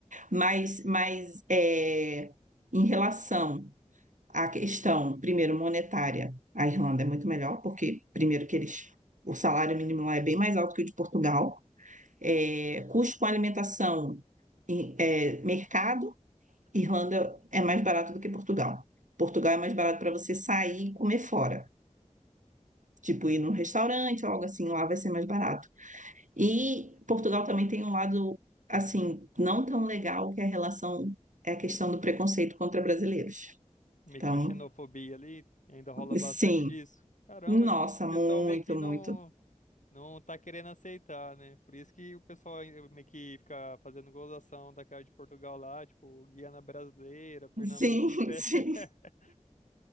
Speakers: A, on the right; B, on the left.
A: Mas, mas é, em relação A questão, primeiro, monetária. A Irlanda é muito melhor, porque, primeiro, que eles, o salário mínimo lá é bem mais alto que o de Portugal. É, custo com alimentação, e, é, mercado, Irlanda é mais barato do que Portugal. Portugal é mais barato para você sair e comer fora. Tipo, ir num restaurante ou algo assim, lá vai ser mais barato. E Portugal também tem um lado, assim, não tão legal, que é a relação, é a questão do preconceito contra brasileiros.
B: meio
A: Então,
B: que uma xenofobia ali, ainda rola bastante
A: sim,
B: disso. Caramba,
A: Nossa,
B: tipo, o pessoal
A: muito,
B: meio que não.
A: muito.
B: Não tá querendo aceitar, né? Por isso que o pessoal aí eh, meio que fica fazendo gozação da cara de Portugal lá, tipo, Guiana Brasileira, Pernambuco
A: Sim,
B: em pé.
A: <laughs> sim.
B: <laughs>